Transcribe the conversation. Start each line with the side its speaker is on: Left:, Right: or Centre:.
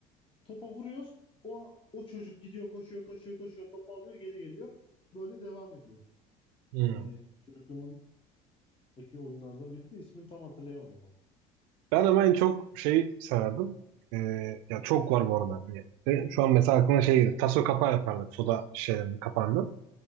Left: Topa vuruyoruz. O o çocuk gidiyor, koşuyor, koşuyor, koşuyor, topu alıyor, geri geliyor. Böyle devam ediyor.
Right: Hı.
Left: Yani çocukluğumdaki oyunlardan biri de ismini tam hatırlayamadım ama.
Right: Ben ama en çok şey sarardım. Ee, ya çok var bu arada. Hani, e, şu an mesela aklıma şey gelir. Taso kapağı yapardık. Soda şişelerinin kapağından.